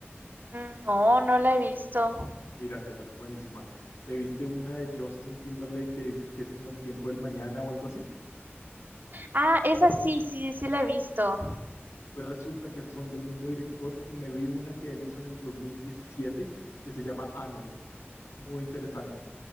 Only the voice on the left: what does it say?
Míratela, es buenísima. ¿Te viste una de Justin Timberlake que dices que es como el tiempo del mañana o algo así?
Pues resulta que esas son del mismo director y me vi una que él hizo en el 2017 que se llama Anon. Muy interesante,